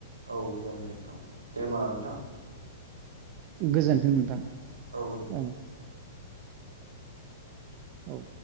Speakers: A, on the right (about 75°); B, on the right (about 35°).
A: औ जागोन दे नोंथां दे होमब ना नोंथां
B: गोजोनथों नोंथां
A: औ गोजोन
B: ओं औ